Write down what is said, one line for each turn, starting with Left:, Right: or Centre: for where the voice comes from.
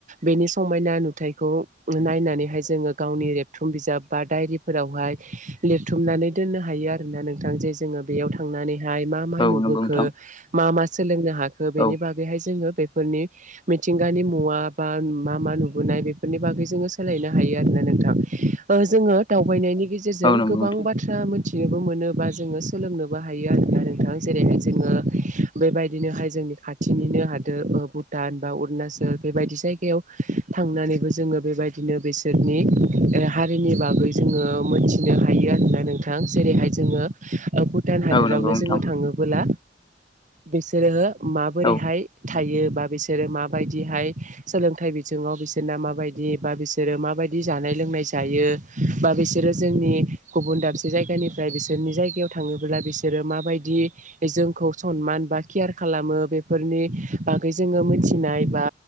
Right: बेनि समायना नुथाइखौ नायनानैहाय जोङो गावनि रेबथुम बिजाब बा डायरिफोरावहाय लिरथुमनानै दोननो हायो आरोना नोंथां जे जोङो बेयाव थांनानै मा मा
Left: औ
Right: नुखो
Left: नंगौ नोंथां
Right: म मा सोलोंनो हाखो बेनि
Left: औ
Right: बागैहाय जोङो बेफोरनि मिथिंगानि मुवा बा मा मा नुबोनाय बेफोरनि बागै जोङो सोलायनो हायो आरोना नोंथां। ओ जोङो दावबायनायनि गेजेरजों
Left: औ नंगौ
Right: गोबां
Left: नोंथां
Right: बाथ्रा मिथिनोबो मोनो बा जोङो सोलोंनोबो हायो आरोना नोंथां जेरैहाय जोङो बेबायदिनोहाय जों खाथिनिनो हादो ओ भुटान बा अरणाचल बे बादिसि जायगायाव थांनानैबो जोङो बेबायदिनो बिसोरनि ओ हारिनि बागै जोङो मोनथिनो हायो आरोना नोंथां। जेरैहाय जोङो ओ भुटान हादोरावनो
Left: औ नंगौ नोंथां
Right: जोङो थाङोबोला बिसोरो माबोरैहाय
Left: औ
Right: थायो बा बिसोरो माबायदिहाय सोलोंथाइ बिथिङाव बिसोरना माबायदि बा बिसोरो माबायदि जानाय लोंनाय जायो बा बिसोरो जोंनि गुबुन दाबसे जायगानिफ्राय बिसोरनि जायगायाव थाङोब्ला बिसोरो माबायदि जो जोंखौ सनमान बा केयार खालामो बेफोरनि बागै जोङो मिथिनाय बा